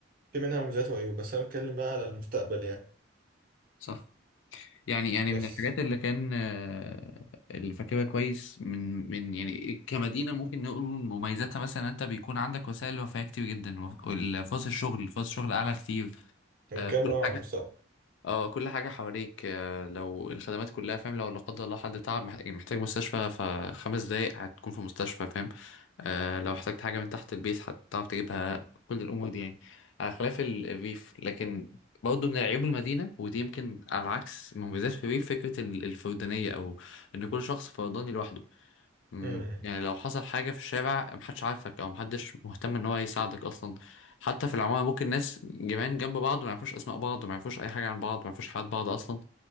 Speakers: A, on the right; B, on the left.
A: في منها مميزات وعيوب بس انا بتكلم بقى على المستقبل يعني
B: صح يعني يعني
A: بس
B: من الحاجات اللي كان آه، اللي فاكرها كويس من من يعني كمدينة ممكن نقول مميزاتها مثلا انت بيكون عندك وسائل رفاهية كتير جدا وف- والفرص الشغل فرص الشغل اعلى كتير
A: هو
B: آه،
A: كام
B: كل
A: اه
B: حاجة
A: على المستقبل
B: اه كل حاجة حواليك آه، لو الخدمات كلها فاهم لو لا قدر الله حد تعب مح- محتاج مستشفى فخمس دقايق هتكون في مستشفى فاهم آه لو احتجت حاجة من تحت البيت هتعرف تجيبها كل الأمور دي يعني على خلاف ال- الريف لكن برضه من عيوب المدينة ودي يمكن على عكس مميزات في الريف فكرة ال- الفردانية أو إن كل شخص فرداني لوحده مم،
A: امم
B: يعني لو حصل حاجة في الشارع محدش عارفك أو محدش مهتم إن هو يساعدك أصلا حتى في العمارة ممكن ناس جيران جنب بعض ما يعرفوش أسماء بعض ما يعرفوش أي حاجة عن بعض ما يعرفوش حياة بعض أصلا